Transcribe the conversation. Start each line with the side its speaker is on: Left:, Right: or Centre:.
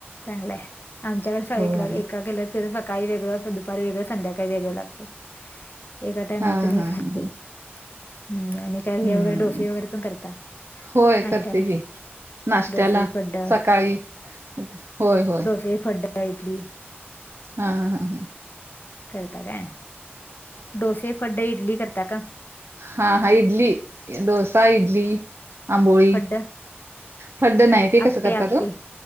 Left: चांगलंय आमच्याकडं सगळीकडं
Right: होय
Left: एक केलं तर सकाळी वेगळं असं दुपारी वेगळं संध्याकाळी वेगळं लागतयं. एका टाइमाला
Right: हा
Left: त नाही
Right: हा
Left: खात
Right: ह
Left: ते हम्म आणि काय
Right: हम्म
Left: हे वगैरे डोसे वगैरे पण करता?
Right: होय
Left: नाश्त्याला?
Right: करते की ना नाश्त्याला
Left: डोसे, फड्ड,
Right: सकाळी होय होय.
Left: तेे फड्डा इडली.
Right: हां हां.
Left: करता काय? डोसे फड्डे इडली करता का?
Right: हां हा इडली डोसा इडली आंबोळी.
Left: फड्ड,
Right: फड्ड नाही ते
Left: आप्पे,
Right: कसं करतात
Left: आप्पे
Right: हो?